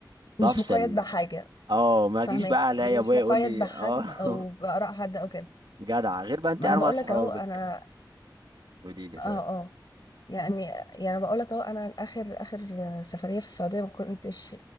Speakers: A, on the left; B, on the right.
A: مش
B: بفصل
A: مقيد بحاجة
B: اه ما
A: فاهمك
B: اجيش بقى الاقي
A: مش
B: ابويا
A: مقيد
B: يقول لي
A: بحد
B: اه
A: أو
B: <laughs>
A: بآراء حد أو كده
B: جدع غير بقى انت
A: ما
B: قاعد
A: انا بقول
B: مع اصحابك
A: لك اهو انا
B: قولي لي
A: اه
B: طيب
A: اه يعني يعني بقول لك اهو انا اخر اخر سفريه في السعوديه ما كنتش